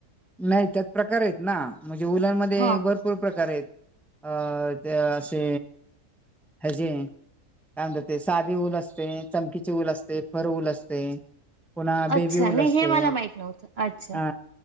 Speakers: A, in the centre; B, on the right (about 50°).
A: नाही त्यात प्रकार आहेत ना. म्हणजे उलांर मध्ये
B: हा
A: भरपूर प्रकार आहेत अ... ते असशी हेजे.. काय म्हणतात. ते साधे ऊल असते. चमकीचे ऊल असते. फर ऊल असते. पुन्हा बिव्ह्यू
B: अच्छा
A: ऊल
B: नाही
A: असते
B: हे मला
A: हा.
B: माहित नव्हतं अच्छा